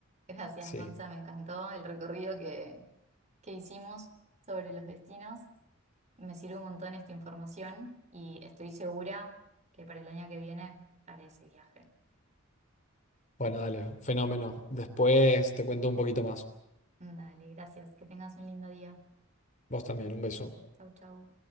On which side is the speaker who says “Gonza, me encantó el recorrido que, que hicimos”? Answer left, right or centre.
Right